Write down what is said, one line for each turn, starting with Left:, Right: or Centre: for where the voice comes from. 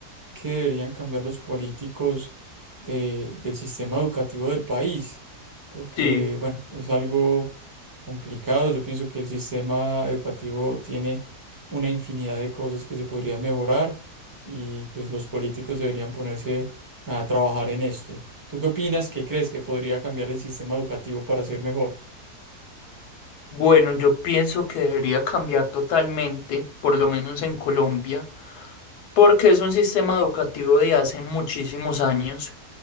Right: qué deberían cambiar los políticos de- del sistema educativo del país, porque
Left: Sí,
Right: bueno, es algo complicados. Yo pienso que el sistema educativo tiene una infinidad de cosas que se podrían mejorar y pues los políticos deberían ponerse a trabajar en esto. ¿Tú qué opinas? ¿Qué crees que podría cambiar el sistema educativo para ser mejor?
Left: Bueno, yo pienso que debería cambiar totalmente, por lo menos en Colombia, porque es un sistema educativo de hace muchísimos años